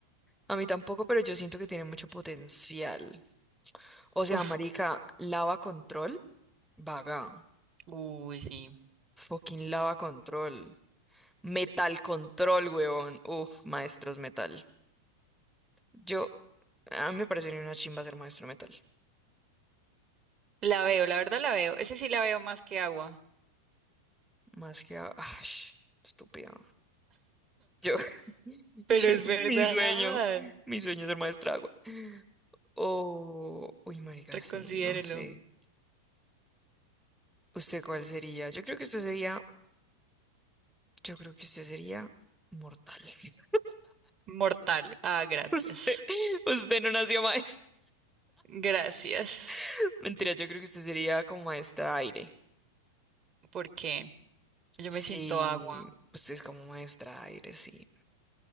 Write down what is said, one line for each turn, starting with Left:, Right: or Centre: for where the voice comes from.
Centre: a mí tampoco, pero yo siento que tiene mucho potencial. O sea,
Right: Uf,
Centre: marica, lava control. Vaga.
Right: uy, sí.
Centre: Fucking lava control. Metal control, huevón. Uf, maestros metal. Yo, a mí me parecería una chimba ser maestro metal.
Right: La veo, la verdad la veo. Ese sí la veo más que agua.
Centre: Más que a... ay, estúpido. Yo, <laughs> yo-
Right: Pero es verdad.
Centre: mi sueño, mi sueño es ser maestra agua. O, uy, marica,
Right: Reconsidérelo.
Centre: sí, no sé. ¿Usted cuál sería? Yo creo que usted sería, yo creo que usted sería mortal. <laughs>
Right: Mortal. Ah, gracias.
Centre: Usted, usted no nació maestro.
Right: Gracias.
Centre: <laughs> Mentira, yo creo que usted sería como maestra aire.
Right: Porque yo
Centre: Sí,
Right: me siento agua.
Centre: usted es como maestra aire, sí.